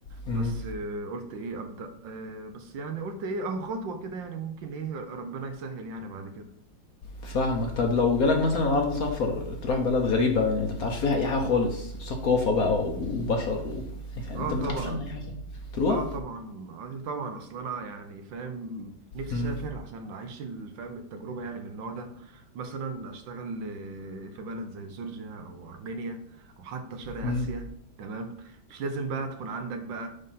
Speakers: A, on the left; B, on the right.
A: إمم.
B: بس آه، قلت ايه ابدا آه، بس يعني قلت ايه اهو خطوة كده يعني ممكن ايه ربنا يسهل يعني بعد كده
A: فاهمك، طب لو جالك مثلًا عرض سفر تروح بلد غريبة يعني أنت ما تعرفش فيها أي حاجة خالص، ثقافة بقى وبشر و يعني
B: اه
A: أنت
B: طبعا
A: ما تعرفش عنها أي حاجة خالص، تروح؟
B: اه طبعا آه طبعا اصل انا يعني فاهم نفسي
A: إمم،
B: اسافر عشان اعيش الفهم التجربه يعني من النوع ده مثلا اشتغل آه، في بلد زي جورجيا او ارمينيا او حتى شرق اسيا
A: إمم.
B: تمام مش لازم بقى تكون عندك بقى